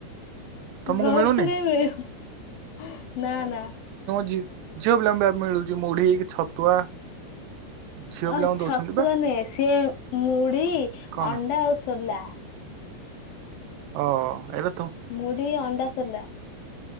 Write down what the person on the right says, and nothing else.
ତମକୁ
ମିଳୁନି
ଝିଅ ଝିଅ ପିଲାଙ୍କୁ ବା ପାଇଁ ମିଳୁଛି ମୁଢ଼ି, ଛତୁଆ। ଝିଅ
ପିଲାଙ୍କୁ
ଦଉଛନ୍ତି ବା
କଣ
ହଉ ହଉ ଏବେ